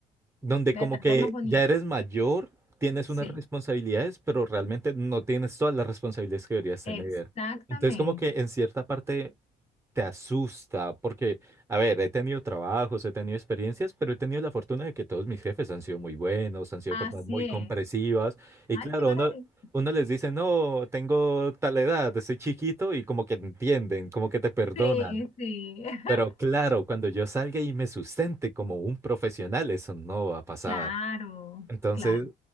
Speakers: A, on the right; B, on the left.
A: donde
B: La
A: como
B: etapa
A: que
B: más bonita.
A: ya eres mayor, tienes
B: Sí,
A: unas responsabilidades, pero realmente no tienes todas las responsabilidades que deberías tener.
B: exactamente.
A: Entonces como que en cierta parte te asusta, porque, a ver, he tenido trabajos, he tenido experiencias, pero he tenido la fortuna de que todos mis jefes han sido muy buenos, han sido
B: Así
A: personas muy
B: es.
A: comprensivas, y
B: Ay,
A: claro,
B: qué maravilla.
A: uno, uno les dice, no, tengo tal edad, soy chiquito, y como que entienden, como que te perdonan.
B: Sí, sí. <laughs>
A: Pero claro, cuando yo salga y me sustente como un profesional, eso no va a pasar.
B: Claro,
A: Entonces,
B: claro.